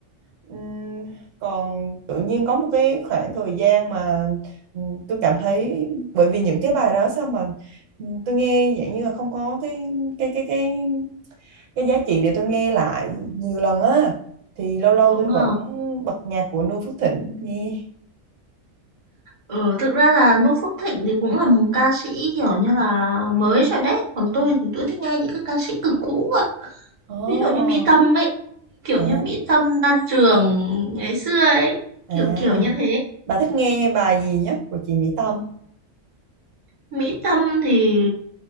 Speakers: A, on the right (about 75°); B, on the right (about 30°).
A: Ừm, còn tự nhiên có một cái khoảng thời gian mà ừm, tôi cảm thấy bởi vì những cái bài đó sao mà ừm, tôi nghe dạng như là không có cái cái cái cái cái giá trị để tôi nghe lại nhiều lần á thì lâu lâu
B: đúng
A: tôi
B: không
A: vẫn bật nhạc của Noo Phước Thịnh nghe
B: ừ thực ra là Nu Phước Thịnh thì cũng là một ca sĩ kiểu như là mới rồi đấy còn tôi thì tôi thích nghe những cái ca sĩ cực cũ cơ
A: ồ
B: ví dụ như Mỹ Tâm ấy kiểu
A: à
B: như Mỹ Tâm Lan Trường ngày xưa ấy
A: à
B: kiểu kiểu như thế
A: bà thích nghe bài gì nhất của chị Mỹ Tâm
B: Mỹ Tâm thì